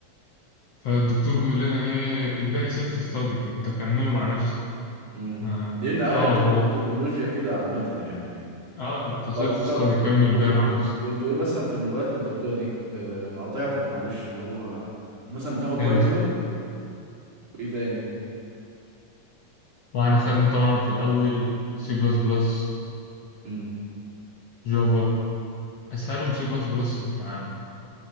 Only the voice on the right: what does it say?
امم
لان التك...
التكنولوجيا كده عامة يعني
طب طب
وانت
وانتوا ايه مثلا في اللغات اللي بتاخدوها دي آه، انا قاطعتك معلش اللي هو كنت مثلا بتاخد
بايثون وايه تاني
امم